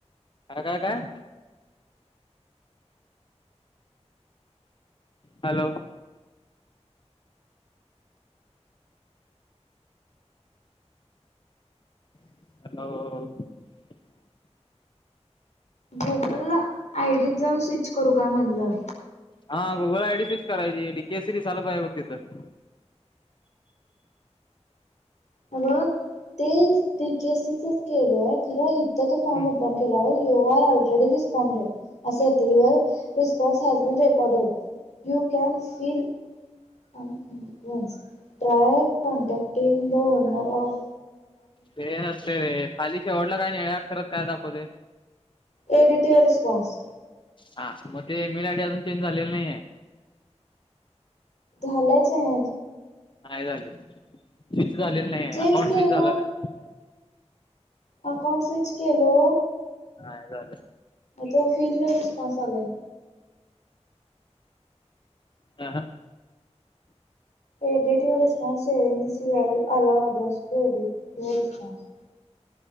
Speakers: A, on the left (about 45°); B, on the left (about 90°).
A: काय काय काय हॅलो ह
B: गुगल आयडीत जाऊन स्विच करू का म्हधलं
A: हा गुगल आय डी सीच करायची डी केस सी डी चाल पाहि आहे बघ तिथं
B: ह म तेसीचच केलय खरं
A: हम्म
B: फॉर्म पन केलावर यू आर ऑलरेडी रिस्पॉनडेड असं येतवर response has been recorded you can fill ् try contacting the owner of
A: तेन असत रे खालीचे डला काय हेाकतर काय दाखवते
B: एडिटिव्ह रिस्पॉन्स
A: हा मग ते एमेल आयडी अजून चेंज झालेले नाही आहे
B: झालाच आहे
A: हायली झालेलं नाही
B: चेंज
A: अकाउंट
B: केलो
A: झालं नाही
B: अकाउंट स्विच केलो
A: हाय आले
B: आता फील न रिस्पॉन्स आलाय
A: हा ह
B: एडिट यर रिस्पसअरंग अला अ टडिट यर रिस्पस